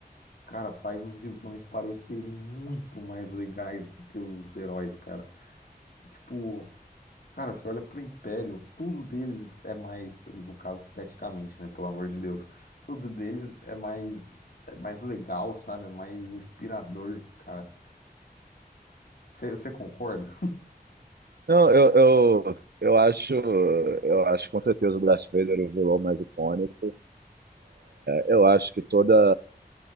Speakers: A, on the left; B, on the right.
A: cara, faz os vilões parecerem muito mais legais do que os heróis, cara. Tipo, cara, você olha pro Império, tudo deles é mais, no caso esteticamente, né, pelo amor de Deus, tudo deles é mais, é mais legal, sabe? É mais inspirador, cara. Você você concorda?
B: Não, eu, eu, eu acho, eu acho com certeza o Darth Vader o vilão mais icônico. Eu acho que toda,